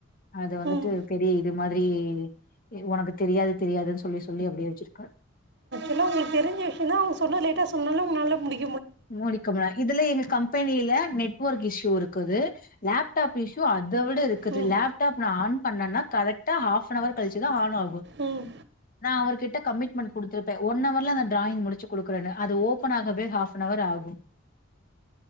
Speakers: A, on the left; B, on the right.
A: அது வந்துட்டு
B: ம்
A: பெரிய இது மாதிரி உனக்கு தெரியாது தெரியாதுன் சொல்லி சொல்லி அப்டியே வச்சிருக்கா
B: எல்லா உங்ளுக்கு தெரிஞ்ச விஷயந் தா அவங்க சொன்னா லேட்டா சொன்னாலு உங்கனால முடிக்
A: முடிக்கும இதுல எங்க கம்பெனியில நெட்ஒொர்க் இஸ்யூ இருக்குது லப்டாப் இஸ்யூ அத விட இருக்குது
B: ம்
A: லப்டாப் நா ஆன் பண்ணன்னா கரெக்டா ஹாஃப் அன் அவர் கழிச்சுதா ஆன் ஆகு
B: ம்
A: <inaudible> நா அவர் கிட்ட கமிட்மெண்ட் குடுத்துருப்பே ஒன் அவர்ல நா ட்ராயி்ங் முடிச்சு குடுக்குறன்னு அது ஓப்பன் ஆகவே ஹாஃப் நவர் ஆகு